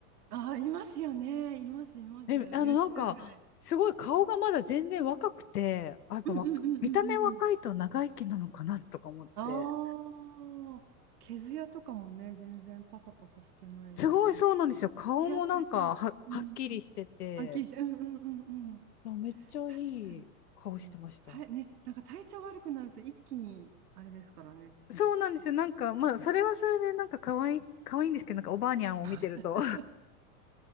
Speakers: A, on the right (about 85°); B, on the left (about 85°).
A: あー、いますよね。います、います。
B: え、
A: YouTube
B: あの、なんか、
A: で。
B: すごい顔がまだ全然若くて、あ、やっぱわ、
A: うんうんうんうんうんうん。
B: 見た目若いと長生きなのかなとか思って。
A: ああ、毛艶とかもね、全然パサパサしてないし。
B: すごいそうなんですよ。顔もなんかは、
A: ツヤツヤです。うん。
B: はっきりしてて。
A: はっきりして、うんうんうんうん。
B: あめっちゃい
A: 確かに、確かに。
B: い顔してました。
A: そう体ね、なんか体調悪くなると一気にあれですからね。
B: そうなんですよ。なんか、まあ、それはそれで、なんか可愛い、可愛いんですけど、なんかおばあにゃんを見てると、
A: <laughs>